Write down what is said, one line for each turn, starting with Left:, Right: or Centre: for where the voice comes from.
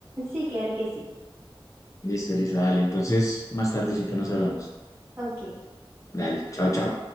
Right: Sí, claro que sí.
Left: Listo, Elisa, dale. Entonces, más tardecito nos hablamos.
Right: Ok.
Left: Dale, chao, chao.